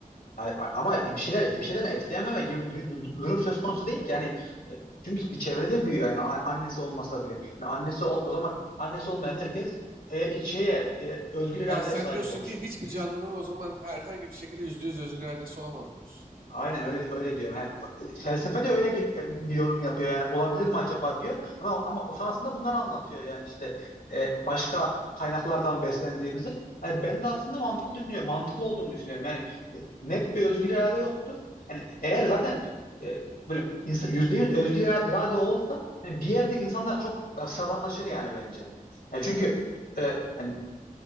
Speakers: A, on the left (about 80°); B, on the right (about 80°).
A: a- a- ama bir şeyler bir şeyden etkilenmeme gibi bir dur- dur- durum söz konusu değil ki yani E, çünkü bir çevrede büyüyor yani a- annesi olmasa bile. Yani annesi ol- o zaman annesi olmayan herkes e, şeye e, özgür iradeye
B: Ha, sen
A: sahip
B: diyorsun
A: olur.
B: ki hiçbir canlının o zaman herhangi bir şekilde yüzde yüz özgür iradesi olamaz diyorsun.
A: Aynen öyle öyle diyor. Ha, felsefe de öyle bir, e, bir yorum yapıyor yani olabilir mi acaba diyor. Ama ama sonrasında bunları anlatıyor yani işte e, başka kaynaklardan beslendiğimizi. Hani ben de aslında mantıklı düşünüyorum. Mantıklı olduğunu düşünüyorum. Yani e, net bir özgür irade yoktur. Yani eğer zaten e, böyle insan, %100 özgür ira- irade olsa yani bir yerde insanlar çok e, sıradanlaşır yani bence. Yani çünkü e, hani